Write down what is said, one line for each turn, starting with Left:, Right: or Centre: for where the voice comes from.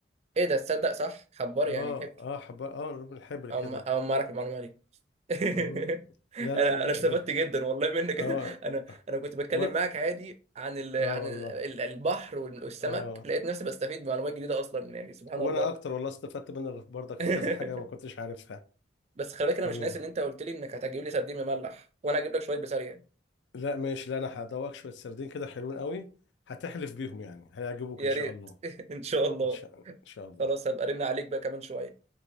Right: ايه ده تصدق صح حبار يعني
Left: اه
Right: هبل
Left: اه حب اه لون الحبر
Right: او
Left: كده
Right: ما... او ما اعرف المعلومه دي <laughs>
Left: مم. لا
Right: انا
Left: لا
Right: انا
Left: لا
Right: استفدت
Left: ده
Right: جدا والله منك
Left: اه
Right: <laughs> انا انا كنت بتكلم
Left: و...
Right: معاك عادي عن ال... عن
Left: اه والله
Right: ال- البحر والسمك
Left: اه
Right: لقيت نفسي بستفيد بمعلومات جديده اصلا يعني سبحان
Left: وانا
Right: الله
Left: اكتر والله استفدت منك برضك
Right: <laughs>
Left: في كذا حاجة ما كنتش عارفها
Right: بس خلي بالك انا
Left: تمام
Right: مش ناسي ان انت قلت لي انك هتجيب لي سردين مملح وانا هجيب لك شويه بسارية
Left: لا ماشي لا انا هدوقك شويه سردين كده حلوين قوي هتحلف بيهم يعني هيعجبوك
Right: يا
Left: ان شاء
Right: ريت
Left: الله
Right: <laughs> ان شاء الله
Left: ان شاء ان شاء الله
Right: خلاص هبقى ارن عليك بقى كمان شويه